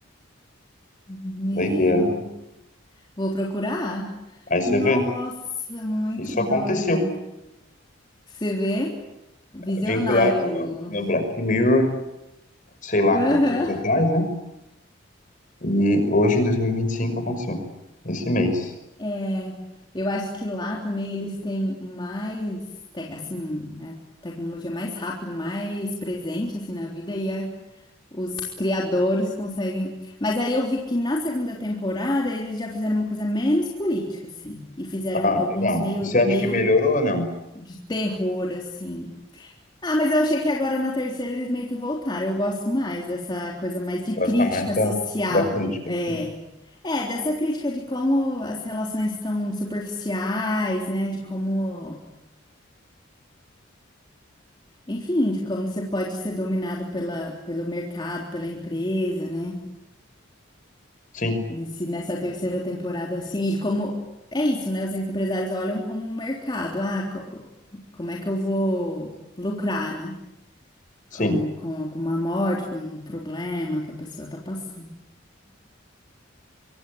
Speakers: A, on the left (about 20°); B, on the left (about 40°).
A: Meu.
B: Doideira, né?
A: Vou procurar?
B: Aí você
A: Nossa,
B: vê,
A: muito
B: isso
A: doido.
B: aconteceu.
A: Você vê? Visionário.
B: vinculada no, no Black Mirror, sei lá
A: Aham.
B: quantos anos atrás, né? E hoje, em 2025, aconteceu. Esse mês.
A: É, é. eu acho que lá também eles têm mais, tec- assim, a tecnologia mais rápido, mais presente, assim, na vida, e a- os criadores conseguem... Mas aí eu vi que na segunda temporada eles já fizeram uma coisa menos política, assim, e fizeram
B: Ah,
A: alguns
B: legal.
A: meio,
B: E você acha
A: meio
B: que melhorou ou não?
A: de terror, assim. Ah, mas eu achei que agora na terceira eles meio que voltaram. Eu gosto mais dessa coisa mais de
B: Gosta
A: crítica
B: mais da,
A: social.
B: da crítica.
A: É.
B: Sim.
A: É, dessa crítica de como as relações estão superficiais, né? De como, enfim, de como você pode ser dominado pela, pelo mercado, pela empresa, né?
B: Sim,
A: Nesse, nessa terceira temporada, assim, e de como. É isso, né? Os empresários olham como um mercado. Ah, co- como é que eu vou lucrar, né?
B: sim.
A: com, com alguma morte, com um problema que a pessoa está passando.